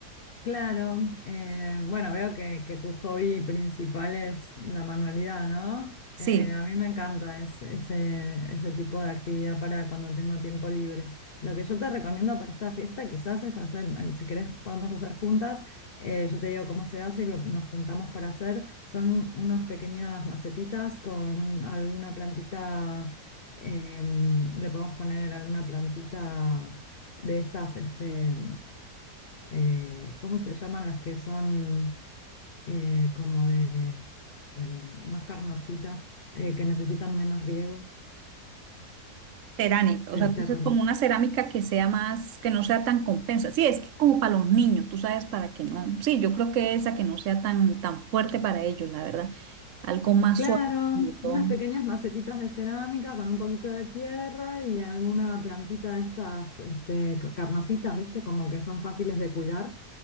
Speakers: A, on the left; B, on the right.
A: Claro, eh, bueno, veo que, que tu hobby principal es la manualidad, ¿no?
B: Sí.
A: Eh, a mí me encanta es- ese, ese tipo de actividad para cuando tengo tiempo libre. Lo que yo te recomiendo para esta fiesta quizás es hacer, eh, si querés podemos hacer juntas, eh, yo te digo cómo se hace y lo- nos juntamos para hacer, son unas pequeñas macetitas con alguna plantita, em, le podemos poner alguna plantita de estas, este eh, ¿cómo se llaman las que son eh, como de em, más carnositas, eh, que necesitan menos riego?
B: Cerámica,
A: ¿Te,
B: o sea,
A: te
B: tú dices
A: acordás?
B: como una cerámica que sea más, que no sea tan compensa. Sí, es que como para los niños, tú sabes, para que no. Sí, yo creo que esa que no sea tan, tan fuerte para ellos, la verdad. Algo más
A: Claro,
B: suave. sobre todo.
A: unas pequeñas macetitas de cerámica con un poquito de tierra y alguna plantita de estas, este, ca- carnositas, ¿viste? Como que son fáciles de cuidar,